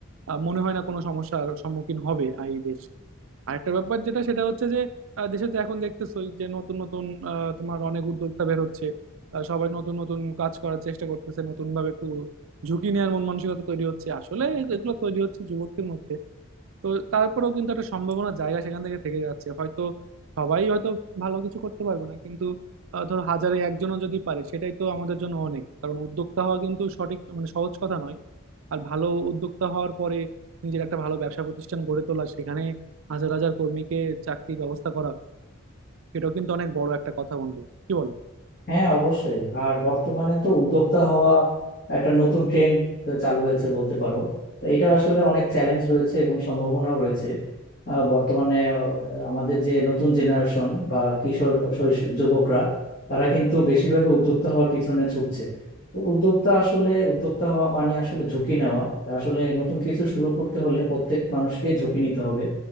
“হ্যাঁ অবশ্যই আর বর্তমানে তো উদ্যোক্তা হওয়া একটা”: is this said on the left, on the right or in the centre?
Left